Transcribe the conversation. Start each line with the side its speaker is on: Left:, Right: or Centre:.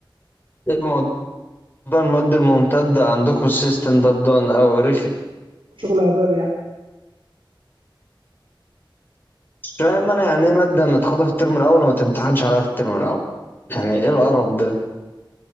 Left: ايه موضوع المواد الممتدة عندكم السيستم ده بدان أوي رخي
Right: شغل هباب يعني
Left: مش فاهم أنا يعني إيه مادة متاخدة في الترم الأول وما تمتحنش عليها في الترم الأول يعني إيه القرف ده؟